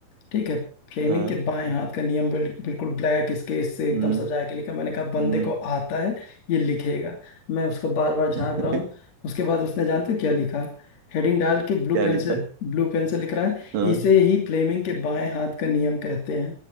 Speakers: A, on the left (about 50°); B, on the right (about 75°).
A: ठीक है फ्लेमिंग
B: हाँ
A: के बाएं हाथ का नियम बिल- बिल्कुल ब्लैक स्केच से एकदम
B: हम्म
A: सजा के लिखा मैंने कहा बंदे
B: हम्म।
A: को आता है ये लिखेगा मैं उसको बार बार झांक
B: <laughs>
A: रहा हूँ उसके बाद उसने जानते हो क्या लिखा हेडिंग डाल के ब्लू
B: क्या
A: पेन
B: लिखा
A: से ब्लू पेन से लिख रहा है
B: हाँ
A: इसे ही फ्लेमिंग के बाएं हाथ का नियम कहते हैं